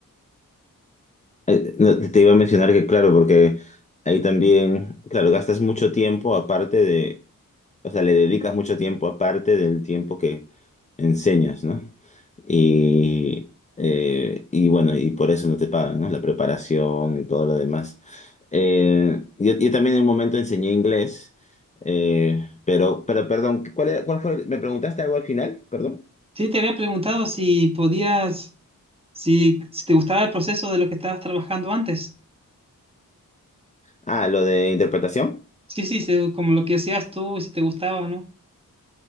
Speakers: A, on the left (about 20°); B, on the right (about 15°).
A: Eh, no, te iba a mencionar que, claro, porque ahí también, claro, gastas mucho tiempo aparte de o sea, le dedicas mucho tiempo aparte del tiempo que enseñas, ¿no? Y, eh, y bueno, y por eso no te pagan, ¿no? La preparación y todo lo demás. Eh, yo, yo también en un momento enseñé inglés, eh, pero, pero perdón, ¿cuál era- cuál fue? ¿Me preguntaste algo al final? Perdón.
B: Sí, te había preguntado si podías, si, si te gustaba el proceso de lo que estabas trabajando antes.
A: Ah, lo de interpretación.
B: Sí, sí, se- como lo que hacías tú y si te gustaba, ¿no?